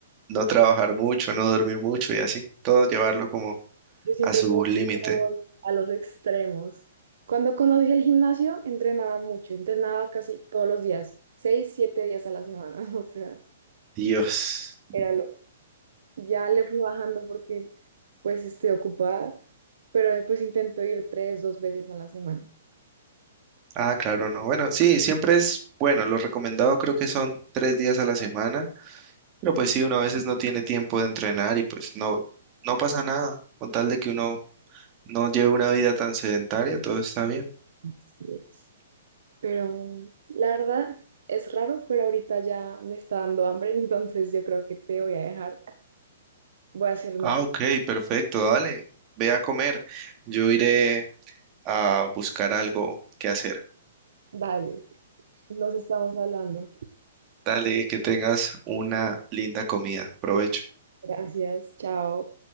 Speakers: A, on the right (about 30°); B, on the right (about 60°).
A: no trabajar mucho, no dormir mucho y así, todo llevarlo como
B: Yo siempre
A: a su
B: me
A: límite.
B: me voy a los extremos. Cuando conocí el gimnasio, entrenaba mucho, entrenaba casi todos los días, seis, siete días a la semana, <laughs> o sea,
A: Dios.
B: era loco. Ya le fui bajando porque pues estoy ocupada, pero después intento ir tres, dos veces a la semana.
A: Ah, claro, no. Bueno, sí, siempre es bueno. Lo recomendado creo que son tres días a la semana, pero pues sí, uno a veces no tiene tiempo de entrenar y pues no, no pasa nada. Con tal de que uno no lleve una vida tan sedentaria, todo está bien.
B: Así es. Pero la verdad es raro, pero ahorita ya me está dando hambre, <laughs> entonces yo creo que te voy a dejar. Voy a hacer,
A: Ah,
B: no sé,
A: ok, perfecto, dale. Ve a comer. Yo iré a buscar algo que hacer.
B: dale. Nos estamos hablando.
A: Dale, que tengas una linda comida. Provecho.
B: Gracias. Chao.